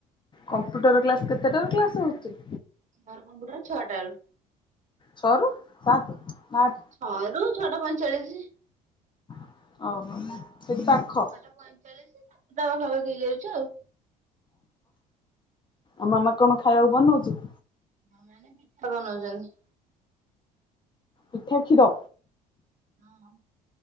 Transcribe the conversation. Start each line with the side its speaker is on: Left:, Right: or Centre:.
Left: କମ୍ପ୍ୟୁଟର କ୍ଲାସ କେତେଟାରେ କ୍ଲାସ ହଉଛି?
Right: ର କମ୍ପଟର ଛଅଟାରୁ।
Left: ଛଅରୁ ସାତ ନା ଆଠ?
Right: ଛଅ ରୁ ଛଅଟା ପଇଁଚାଳିଶ।
Left: ଓହୋ। ସେଠି ପାଖ
Right: ଛଅଟା ପଇଁଚାଳିଶି ସାତଟା ପାଖାପାଖି ହେଇ ଯାଉଛି ଆଉ।
Left: ଆଉ ମାମା କଣ ଖାଇବାକୁ ବନଉଚି?
Right: ମୋ ମା ଏଇନେ ପିଠା ବନଉଛନ୍ତି।
Left: ପିଠା, କ୍ଷୀର।
Right: ହଁ